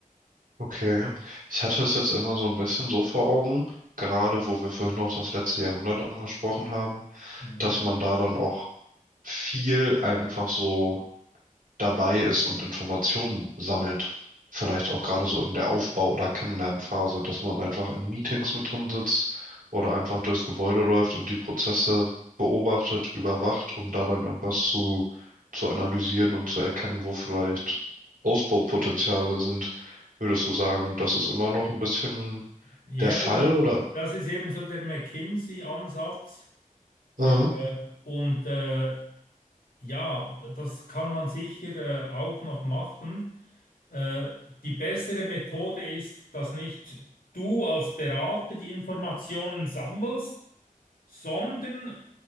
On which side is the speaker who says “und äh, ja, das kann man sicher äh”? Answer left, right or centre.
Left